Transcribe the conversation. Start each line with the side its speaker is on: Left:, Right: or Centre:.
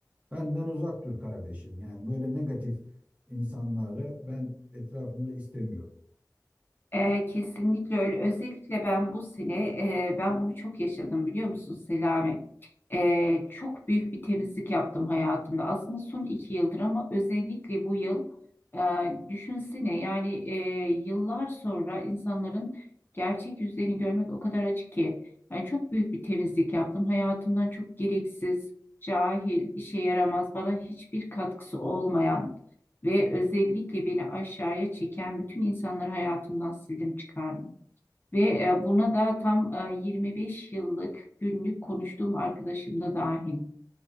Right: Benden uzak dur kardeşim. Yani böyle negatif insanları ben etrafımda istemiyorum.
Left: E, kesinlikle öyle. Özellikle ben bu sene e, ben bunu çok yaşadım biliyor musun Selami? E, çok büyük bir temizlik yaptım hayatımda. Aslında son iki yıldır ama özellikle bu yıl e, düşünsene yani e, yıllar sonra insanların gerçek yüzlerini görmek o kadar acı ki. Yani çok büyük bir temizlik yaptım. Hayatımdan çok gereksiz, cahil, işe yaramaz, bana hiçbir katkısı olmayan ve özellikle beni aşağıya çeken bütün insanları hayatımdan sildim çıkardım. Ve e, buna da tam e, 25 yıllık günlük konuştuğum arkadaşım da dahil.